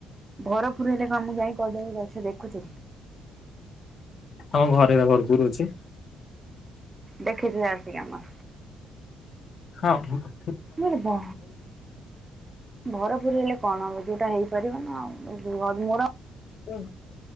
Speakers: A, on the right (about 20°); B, on the left (about 45°).
A: ଭରପୁର ହେଲେ କଣ ମୁଁ ଯାଇ କଦଳୀ ଗଛ ଦେଖୁଥିଲି?
B: ତମ ଘରେ ପା ଭରପୁର ଅଛି।
A: ଦେଖିଥିଲ ଆସିକି ଆମର।
B: ହଁ ହଁ।
A: ଯୋଉଟା ଭରପୁର ହେଲେ କଣ ହବ? ଯୋଉଟା ହେଇପାରିବ ନା ଆଉ ହ ମୋ
B: ହୁଁ।